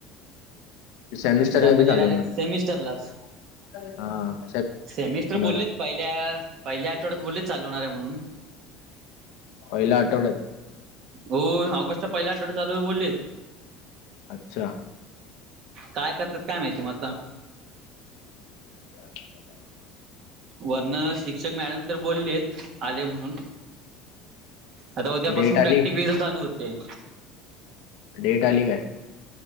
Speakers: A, on the left; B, on the right.
A: सेमिस्टर
B: ला
A: कधी
B: म्हणजे
A: चालू
B: डायरेक्ट
A: होणार हाय?
B: सेमिस्टरलाच
A: हा.
B: सेमिस्टर बोललेत
A: आहे?
B: पहिल्या, पहिल्या आठवड्यात बोललेत चालू होणार आहे म्हणून
A: पहिल्या आठवड्यात
B: होय, ऑगस्टच्या पहिला आठवड्यात चालू होईल बोललीत.
A: अच्छा.
B: काय करत्यात, काय माहिती म आता?
A: म्हनजे अजून तसं हाय.
B: वरन शिक्षक मॅडम तर बोललेत, आले म्हणून आता उद्यापासून
A: डेट आली?
B: प्रॅक्टिकल रिविजन चालू होते.
A: डेट आली काय?